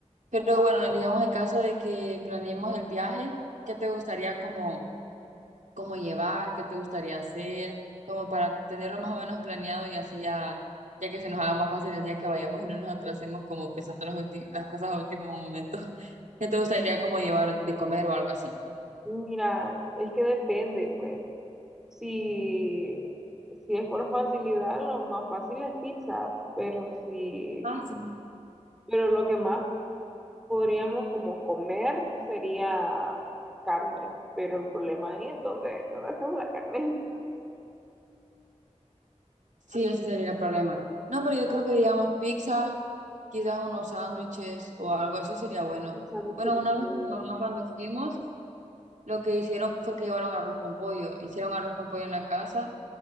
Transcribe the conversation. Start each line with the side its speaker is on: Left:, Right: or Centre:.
Right: Pero bueno, digamos en caso de que planeemos el viaje, ¿qué te gustaría como, como llevar? ¿Qué te gustaría hacer? Como para tenerlo más o menos planeado y así ya, ya que se nos haga más fácil el día que vayamos y no nos atrasemos como pensando las, ulti- las cosas a último momento. <laughs> ¿Qué te gustaría como llevar de comer o algo así?
Centre: Mira, es que depende, pues. Si, si es por facilidad, lo más fácil es pizza, pero si,
Right: Ah, sí.
Centre: pero lo que más Podríamos como comer, sería carne, pero el problema ahí es donde, donde hacemos la carne.
Right: Sí, ese sería el problema. No, pero yo creo que digamos pizza, quizás unos sándwiches o algo así sería bueno.
Centre: <laughs> Los sándwiches
Right: Bueno,
Centre: de
Right: una vez
Centre: pollo.
Right: con mi mamá cuando fuimos, lo que hicieron fue que llevaron arroz con pollo. Hicieron arroz con pollo en la casa.